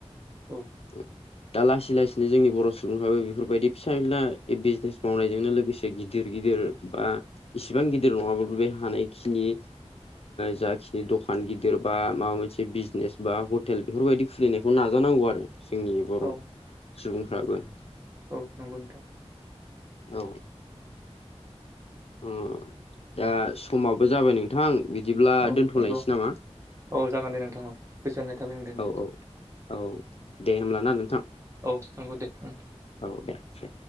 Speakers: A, on the right; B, on the left.
A: औ
B: औ <unintelligible> दा लासै लासैनो जोंनि बर' सुबुंफ्राबो बेफोरबायदि फिसा फिला बिजनेस मावनायजोंनो लोगोसे गिदिर गिदिर बा इसिबां गिदिर नङाबो बे हानायखिनि जाखिनि दखान गिदिर बा माबा मोनसे बिजनेस बा हटेल बेफोरबायदि खुलिनायखौ नाजानांगौ आरो जोंनि बर'
A: औ
B: सुबुंफ्राबो
A: औ नंगौ नोंथां
B: औ ओम दा समाबो जाबाय नोंथां बिदिब्ला
A: औ
B: दोनथ'लायनोसै
A: नंगौ
B: नामा
A: औ जागोन दे नोंथां औ गोजोननाय थाबाय नोंथांसिम
B: औ औ औ दे होमब्ला ना नोंथां
A: औ नंगौ दे उम
B: औ दे दे